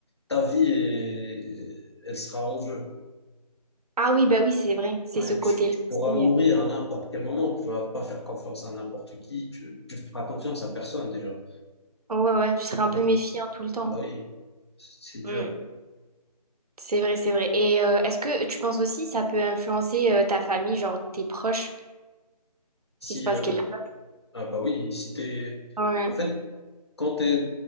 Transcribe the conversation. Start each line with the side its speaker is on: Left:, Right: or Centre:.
Left: ta vie est- elle sera en jeu.
Right: Ah oui, bah oui, c'est vrai. C'est
Left: Ouais,
Right: ce côté-là
Left: tu, tu pourras
Right: aussi.
Left: mourir
Right: euh.
Left: à n'importe quel moment. Tu vas pas faire confiance à n'importe qui. Tu, tu feras confiance à personne, déjà.
Right: Ouais, ouais, tu seras un
Left: Hein.
Right: peu méfiant tout le temps.
Left: Bah oui, c'est dur.
Right: Mm. C'est vrai, c'est vrai. Et euh, est-ce que tu penses aussi ça peut influencer euh, ta famille, genre tes proches,
Left: Si,
Right: s'il se passe
Left: euh,
Right: quelque chose?
Left: Ah bah oui, si t'es...
Right: Ouais.
Left: En fait, quand t'es...